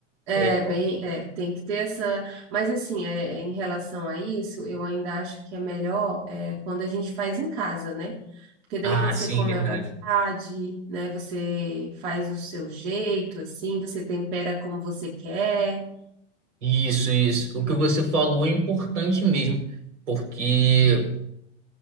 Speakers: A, on the right (about 55°); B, on the right (about 75°).
A: É
B: É,
A: bem, é, tem que ter essa. Mas assim, é, em relação a isso, eu ainda acho que é melhor é, quando a gente faz em casa, né? Porque daí
B: Ah,
A: você
B: sim,
A: come
B: verdade.
A: à vontade, né? Você faz o seu jeito, assim, você tempera como você quer.
B: Isso, isso. O que você falou é importante mesmo, porque